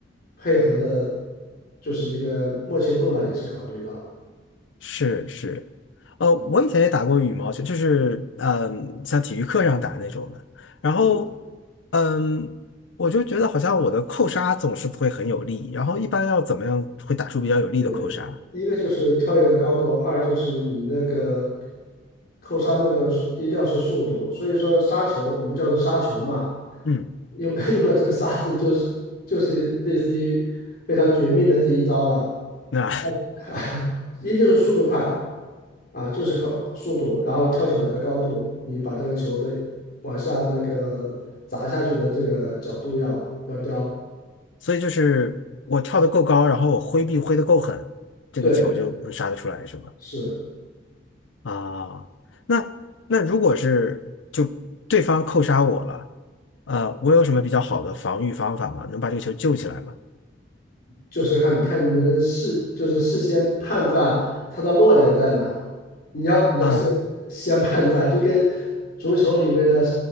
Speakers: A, on the left (about 55°); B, on the left (about 80°).
A: 配合的，就是一个默契度了，也是考虑到。
B: 是是，呃，
A: 嗯
B: 我以前也打过羽毛球，就是嗯，像体育课上打那种的。然后，
A: 嗯，
B: 嗯，我就觉得好像我的扣杀总是不会很有力，然后一般要怎么样会打出比较有力的扣杀？
A: 对，一个就是跳跃的高度，二就是你那个扣杀那个速一定要是速度，所以说杀球我们叫做杀球嘛，
B: 嗯，
A: 用 <laughs> 用了这个杀字就是就是类似于非常绝命的这一招了，
B: 那
A: <laughs> 一定是速度快啊，就是靠速度，然后跳起来的高度，你把这个球的往下那个砸下去的这个角度要要刁，
B: <laughs> 所以就是我跳得够高，然后我挥臂挥得够狠，这个球就能杀得出来，
A: 对，
B: 是吗？
A: 是。
B: 啊，那那如果是就对方扣杀我了，呃，我有什么比较好的防御方法吗？能把这个球救起来吗？
A: 就是看看你们的事，就是事先判断它的落点在哪。你要你要先先判断，
B: 啊、
A: 就跟足球里面的